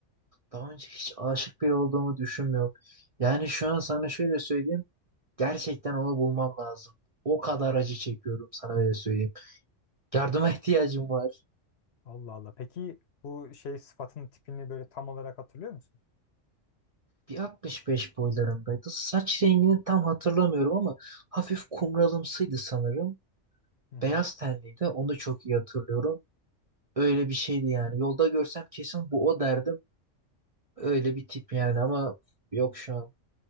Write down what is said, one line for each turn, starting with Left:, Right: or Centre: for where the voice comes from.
Right: Daha önce hiç aşık biri olduğumu düşünmüyorum. Yani şu an sana şöyle söyleyeyim. Gerçekten onu bulmam lazım. O kadar acı çekiyorum sana öyle söyleyeyim. Yardıma <laughs> ihtiyacım var.
Left: Allah Allah. Peki bu şey sıfatın tipini böyle tam olarak hatırlıyor musun?
Right: Bir 65 boylarındaydı. Saç rengini tam hatırlamıyorum ama hafif kumralımsıydı sanırım.
Left: Hı hı.
Right: Beyaz tenliydi. Onu çok iyi hatırlıyorum. Öyle bir şeydi yani. Yolda görsem kesin bu o derdim. Öyle bir tip yani ama yok şu an.